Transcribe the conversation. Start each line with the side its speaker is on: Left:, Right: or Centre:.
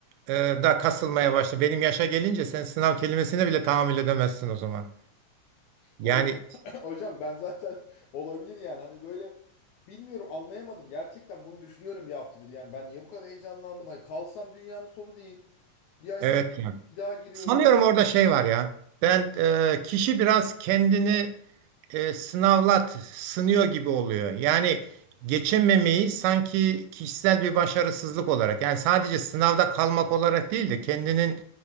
Right: e, da kasılmaya başla. Benim yaşa gelince sen sınav kelimesine bile tahammül edemezsin o zaman. Yani
Left: Vallahi <laughs> hocam ben zaten <laughs> olabilir yani hani böyle bilmiyorum anlayamadım. Gerçekten bunu düşünüyorum bir haftadır yani ben niye bu kadar heyecanlandım? Hani kalsam dünyanın sonu değil. Bir ay
Right: evet
Left: sonra
Right: yani.
Left: bir daha giriyorum.
Right: Sanıyorum orada şey var ya. Ben e, kişi biraz kendini e, sınavlat, sınıyor gibi oluyor. Yani geçememeyi sanki kişisel bir başarısızlık olarak, yani sadece sınavda kalmak olarak değil de kendinin